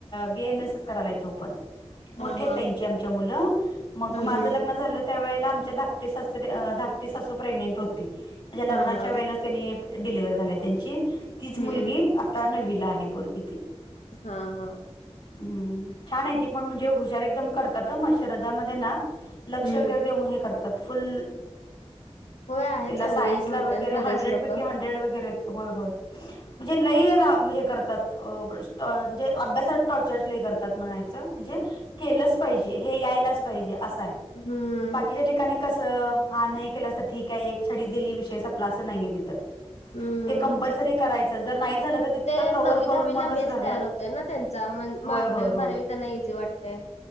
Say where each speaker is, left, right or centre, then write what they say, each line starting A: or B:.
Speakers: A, on the left; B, on the left.
A: B M S ताई च्या मुलं मोठ्या
B: हा हा
A: त्यांच्या मुलं मग
B: हम्म
A: माझं
B: हम्म
A: लग्न झालं त्या वेळला धकाटी सासू प्रग्नेंट होती म्हणजे लग्नाच्या
B: हा हा
A: वेळास डिलिवर्ह झाली त्यांची तीच
B: हम्म
A: मुलगी आता नवी आहे परग
B: हा हा
A: हम्म छान आहे ती पण म्हणजे हुशार एकदम करतात मग शरदामध्ये ना लक्ष
B: हम्म
A: वगैरे देऊन हे करतात फुल
B: होय आहे
A: तिला
B: चांगली
A: सायन्सला
B: म्हणतात
A: वगैरे
B: बरेच
A: हंड्रेड.
B: लोक हा
A: ग्रेड वगैरे म्हणजे लई हे करतात म्हणजे अभ्यासात टॉर्चरसले करतात म्हणायचं म्हणजे केलंच पाहिजे हे यायलाच पाहिजे असं
B: हम्म
A: बाकीच्या ठिकाणी ठिकाणी कसं हा नाही केलं अस ठीक आहे एक छडी दिली विषय स आपला असं नाहीये तिथं
B: हम्म
A: ते कंपल्सरी करायचं जर नाही झालं तर तिथं
B: ते
A: कव्हर
B: नववी
A: करून
B: दहावीला
A: मगच
B: बेस्ट
A: घरला
B: तयार होते ना त्यांचा मण मग
A: होय
B: अकरावी
A: होय होय
B: बारावी त्यांना इझी वाटते.